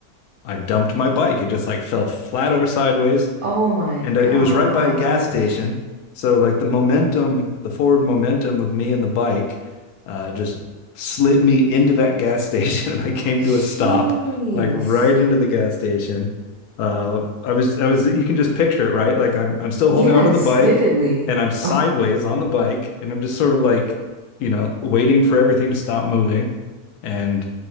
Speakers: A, on the left; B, on the right.
A: I dumped my bike. It just like fell flat over sideways
B: Oh my
A: and uh,
B: gosh.
A: it was right by a gas station. So like the momentum, the forward momentum of me and the bike, uh, just slid me into that gas <laughs> station, and I came to
B: Jeez.
A: a stop, like right into the gas station. Uh, I was, I was, you can just picture it, right? Like I'm, I'm still
B: Yes,
A: holding onto the bike,
B: vividly.
A: and I'm sideways
B: Oh,
A: on the bike, and I'm just sort of like, you know, waiting for everything to stop moving, and